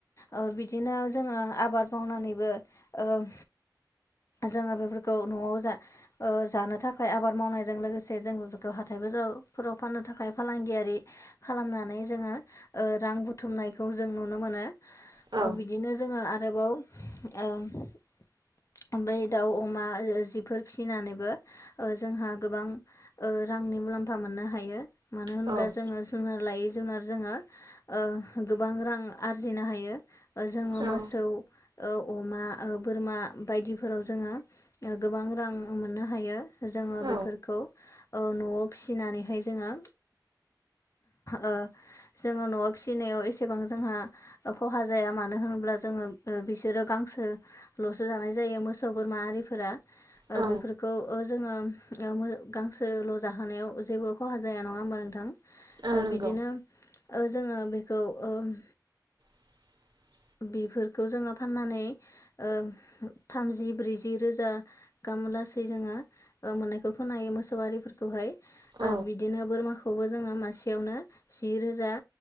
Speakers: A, on the left; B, on the right.
A: ओ- बिदिनो जोङो आबाद मावनानैबो ओ- जोङो बेफोरखौ न'आव जा ओ- जानो थाखाय आबाद मावनायजों लोगोसे जों बेफोरखौ हाथा <inaudible> फोराव फाननो थाखाय फालांगियारि खालामनानै जोङो ओ- रां बुथुमनायखौ जों नुनो मोनो।
B: औ
A: अ बिदिनो जोङो आरोबाव ओ- ओमब्बाय दाउ अमा जि जिफोर फिसिनानैबो ओ-जोंहा गोबां ओ रां मुल्लामफा मोननो हायो मानोहोनब्ला
B: औ
A: जोङो जुनारलायै जु जुनार जोङो ओ-गोबां रां आरजिनो हायो। ओ-जोङो ओ-मोसौ
B: औ
A: ओ-अमा ओ- बोरमा। बायदिफोराव जोङो गोबां रां मोननो हायो जोङो।
B: औ
A: बेफोरखौ ओ-न'आव फिसिनानैहाय जोङो। ओ- जोङो न'आव फिसिनायाव एसेबां जोंहा ओ-खहा जाया मानो होनो ब्ला जोङो ओ- बेसोरो गांसो लो सो जानाय जायो मोसौ बोरमा आरिफोरा
B: औ
A: ओ-बेफोरखौ ओ- जोङो। <inaudible> गांसोल' जाहोनायाव जेबो खहा जाया नङा होमबा नोंथां? ओ-
B: औ नंगौ
A: बिदिनो ओ-जोङो बेखौ ओ-
B: <inaudible>
A: बेफोरखौ जोङो फाननानै ओ- थामजि ब्रैजि रोजा। मुलासे जोङो ओ-मोननाय खोनायो मोसौआरिफोरखौहाय
B: औ
A: ओ-बिदिनो बोरमाखो खौबो जोङो मासेयावनो जि रोजा